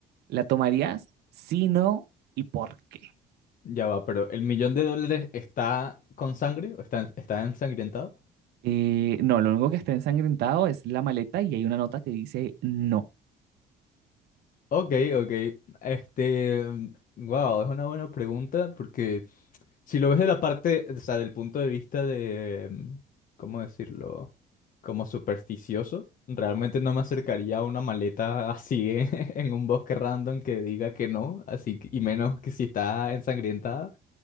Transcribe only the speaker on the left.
Ya va, pero ¿el millón de dólares está con sangre? ¿O ¿Está, está ensangrentado?
Ok, ok. Este, wow, es una buena pregunta porque Si lo ves de la parte, o sea, del punto de vista de, mm, ¿cómo decirlo? Como supersticioso, realmente no me acercaría a una maleta así <laughs> en un bosque random que diga que no, así que- y menos que si está ensangrientada,